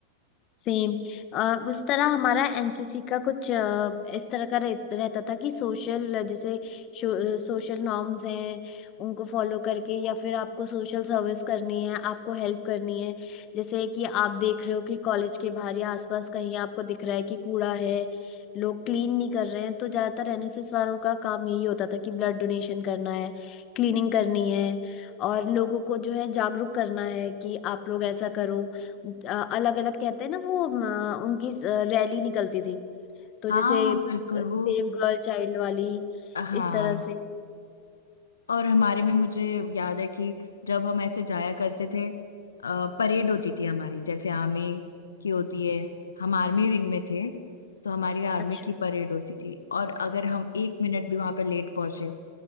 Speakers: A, on the left (about 35°); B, on the left (about 70°).
A: सेम उस तरह हमारा एनसीसी का कुछ अ, इस तरह का रह, रहता था कि सोशल जैसे सोशल नॉर्म्स हैं उनको फॉलो करके या फिर आपको सोशल सर्विस करनी है आपको हेल्प करनी है जैसे कि आप देख रहे हो कि कॉलेज के बाहर या आसपास कहीं आपको दिख रहा है कि कूड़ा है लोग क्लीन नहीं कर रहे हैं तो ज्यादातर एनएसएस वालों का काम यही होता था कि ब्लड डोनेशन करना है क्लीनिंग करनी है और लोगों को जो है जागरूक करना है कि आप लोग ऐसा करो अलग अलग कहते हैं ना वो अ, उनकी रैली निकलती थी तो
B: हाँ
A: जैसे
B: बिल्कुल
A: सेव
B: वो
A: गर्ल चाइल्ड वाली
B: हाँ
A: इस तरह से
B: और हमारे में मुझे याद है कि जब हम ऐसे जाया करते थे परेड होती थी हमारी जैसे आर्मी की होती है हम आर्मी विंग में थे तो हमारी आर्मी
A: अच्छा
B: की परेड होती थी और अगर हम एक मिनट भी वहां पे लेट पहुंचे